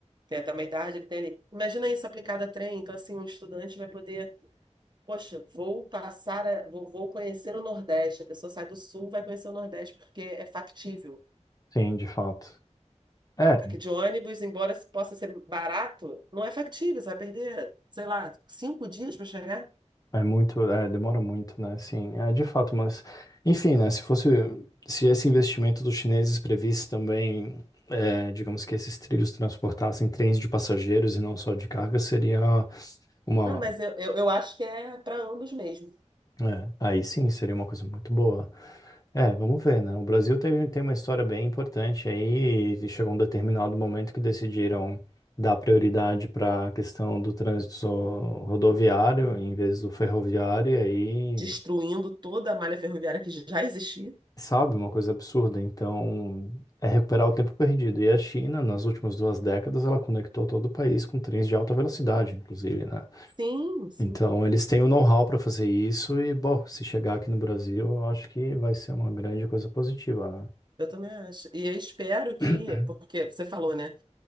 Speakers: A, on the right (about 40°); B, on the left (about 30°).
A: Tem até uma idade, ele tem ali. Imagina isso aplicado a trem, então assim, um estudante vai poder, poxa, vou passar, a- vou, vou conhecer o Nordeste. A pessoa sai do Sul, vai conhecer o Nordeste, porque é factível.
B: Sim, de fato. É,
A: É, porque de ônibus, embora possa ser barato, não é factível, você vai perder, sei lá, cinco dias para chegar.
B: É muito, é, demora muito, né? Sim, é de fato, mas enfim, né? Se fosse, se esse investimento dos chineses previsse também, é, digamos que esses trilhos transportassem trens de passageiros e não só de carga, seria uma,
A: Não, mas eu, eu, eu acho que é para ambos mesmo,
B: é, aí sim, seria uma coisa muito boa. É, vamos ver, né? O Brasil teve, tem uma história bem importante aí e chegou um determinado momento que decidiram dar prioridade para a questão do trânsito rodoviário em vez do ferroviário e aí
A: destruindo toda a malha ferroviária que já existia.
B: Sabe, uma coisa absurda. Então, é recuperar o tempo perdido. E a China, nas últimas duas décadas, ela conectou todo o país com trens de alta velocidade, inclusive, né?
A: Sim, sim,
B: Então, eles têm o know-how para fazer isso e, bom, se chegar aqui no Brasil, eu acho que vai ser uma grande coisa positiva,
A: eu também acho. E eu espero que,
B: né?
A: porque
B: <coughs>
A: você falou, né?